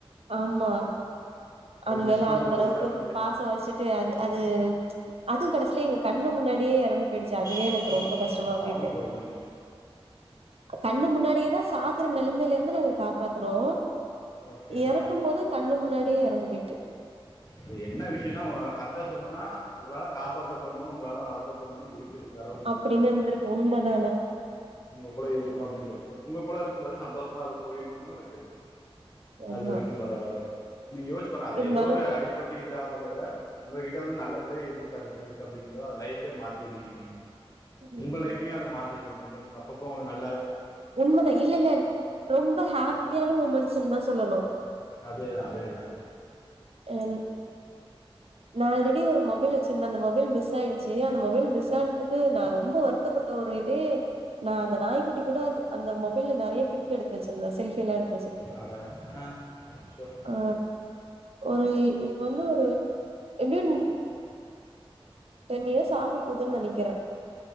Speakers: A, on the right (about 80°); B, on the left (about 40°).
A: ஆமா அது
B: மிஸ்
A: மேல
B: பண்றதுக்கு
A: அந்த அளவுக்கு
B: தான் வந்து
A: பாசோ வச்சுட்டு அது அது அதுவும் கடைசில எங்க கண்ணு முன்னாடியே எறந்து போயிடுச்சு அதுவே
B: அச்சோ
A: எனக்கு ரொம்ப கஷ்டமா
B: பாவம்
A: போயிட்டு
B: கொடுமைங்க
A: அ கண்ணு முன்னாடியே தா ஸ் சாகுற நெலமையில இருந்து நாங்க காப்பாத்துனோ
B: ஓகே ஆனா
A: எறக்கும் போது கண்ணு முன்னாடியே எறந்து போயிட்டு
B: அது என்ன விஷயனா உ கரெக்டா சொல்னுனா உங்களால காப்பாத்த படணு உங்களால வளத்த படணுன் இருக்குது கடவுள் புண்யத்துல
A: அப்படின்னு
B: அப்டி
A: இருந்திருக்கு உண்மதா ஆனா
B: உங்க கூட இருக்கணு அப்டின்ட்ருக்கு உங்க கூட இருக்கும் போது சந்தோஷமா அது போயிடணுன்னு இருக்குது
A: ஆமா
B: அது வரைக்கு பரவால நீ யோசிச் பாரு அது
A: இருந்தாலு
B: எதோ ஒரு அடிபட்டு இதாகறத விட உங்க கிட்ட வந்து நல்லபடியா இருந்துட்டு அது போயிருக்கு அப்டிங்கும்போது அது லைஃபே மாத்திருக்கிங்க நீங்க
A: ம்
B: உங்க லைஃபயு அது மாத்திருக்கு கொஞ்சம் அப்பப்போ உங்களுக்கு நல்லவே
A: உண்மதா இல்ல இல்ல ரொம்ப ஹாப்பியான மூமெண்ட்ஸ்ன்னு தான் சொல்லணும்
B: அதேதான் அதேதான்
A: என் நான் ஆல்ரெடி ஒரு மொபைல் சின் அந்த மொபைல் மிஸ் ஆயிடுச்சு அந்த மொபைல் மிஸ் ஆனதுக்கு நான் ரொம்ப வருத்தப்பட்ட ஒரு இதே நான் அந்த நாய்குட்டி கூட அது அந்த மொபைல்ல நறைய பிக் எடுத்தே சின்ன செல்ஃபி எல்லா எடுத்
B: அட அ அச்சோ அ
A: ஆ <unintelligible> இப்ப வந்து ஒரு எப்டின் டென் இயர்ஸ் ஆக போகுதுன்னு நெனைக்கிறேன்